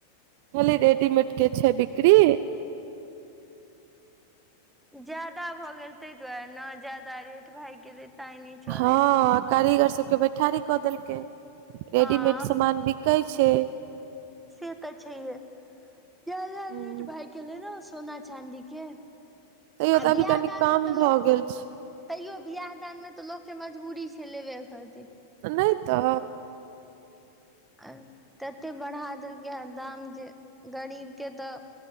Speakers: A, on the right; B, in the centre.
A: खली रेडीमेड के छै बिक्री
B: ज्यादा भऽ गेल ताहि दुआरे ने ज्यादा रेट भागि गेलै ताहि नहि चलैत
A: हाँ
B: हैत
A: कारीगर सबके बैठारी कऽ देलकै रेडीमेड
B: हँ
A: सामान भी कहै छै
B: से तऽ छैहे ज्यादा
A: हूँ,
B: रेट भागि गेले ने सोना चाँदी के
A: तैयो
B: आ
A: तऽ
B: बियाह
A: अभी कनि
B: दान
A: कम
B: मे तऽ
A: भऽ
B: लोक के
A: गेल छै
B: तैयो वियाह दान मे तऽ लोकके मजबूरी छै लेबे कर
A: नहि तऽ
B: आ तते बढ़ा देलकै हँ दाम जे गरीबके तऽ